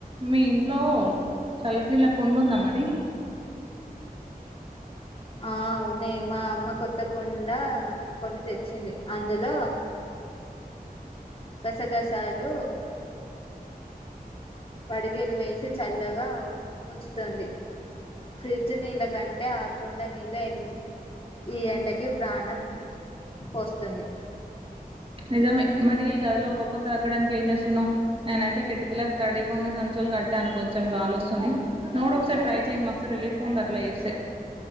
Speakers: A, on the right; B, on the left.
A: మీ ఇంట్లో చల్లటినీల్లా కుండుందా మరి.
B: ఆ అవ్నే మా అమ్మ కొత్తగా కొనిందా కొని తెచ్చింది అందులో గసగసలు పడిగేలు వేసి చల్లగా ఉంచుతుంది. ఫ్రిడ్జ్ నీళ్ల కంటే ఆ కుం డా నీళ్లే ఎ ఈ ఎండకి ప్రాణం వొస్తుంది
A: నిజమే మరీ గదిలో ఉక్కపొతా తగ్గడానికి ఏం చేస్తన్నావ్ నేనైతే కిటకిీల తడి కొని సంచులు కట్టాను కొంచెం గాలోస్తుంది నువుకూడా ఒక సారి ట్రై చేయ్మా మస్తు రిలీఫ్ ఉంది అట్లా చేేస్తే